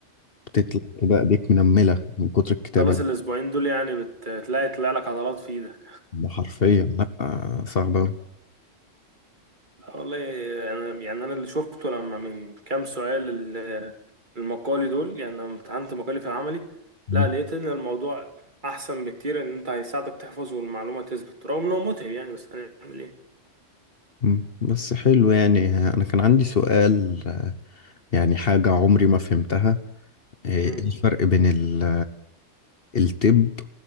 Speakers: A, on the left; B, on the right.
A: بتطلع كده ايديك منملة من كتر الكتابة
B: خلص
A: اللي
B: الأسبوعين دول يعني بتلاقي تلاقي لك عضلات في إيدك
A: ده حرفيا لا صعبة أوي.
B: لا والله يعني, يعني أنا اللي شفته لما من كام سؤال ال- المقالي دول يعني لما امتحنت مقالي في العملي
A: مم.
B: لا لقيت إن الموضوع أحسن بكتير إن أنت هيساعدك تحفظ والمعلومة تثبت رغم إنه متعب يعني بس هنعمل إيه
A: مم. بس حلو يعني انا كان عندي سؤال يعني حاجة عمري ما فهمتها آه، إيه
B: مم.
A: الفرق بين ال- الطب